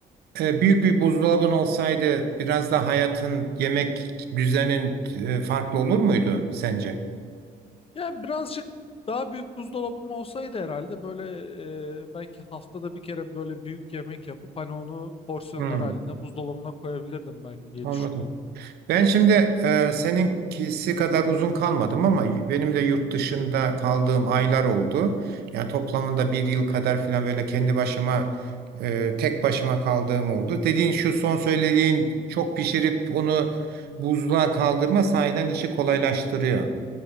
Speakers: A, on the right (about 75°); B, on the left (about 35°).
A: E, Büyük bir buzdolabın olsaydı biraz da hayatın, yemek düzenin e, farklı olur muydu sence?
B: Yani birazcık daha büyük buzdolabım olsaydı herhalde böyle e, belki haftada bir kere böyle büyük yemek yapıp hani onu porsiyonlar
A: Hmm,
B: halinde buzdolabına koyabilirdim belki diye
A: anladım.
B: düşünüyorum.
A: Ben şimdi e, seninkisi kadar uzun kalmadım ama benim de yurt dışında kaldığım aylar oldu. Yani toplamında bir yıl kadar falan böyle kendi başıma, e, tek başıma kaldığım oldu. Dediğin şu son söylediğin çok pişirip onu buzluğa kaldırma sahiden işi kolaylaştırıyor.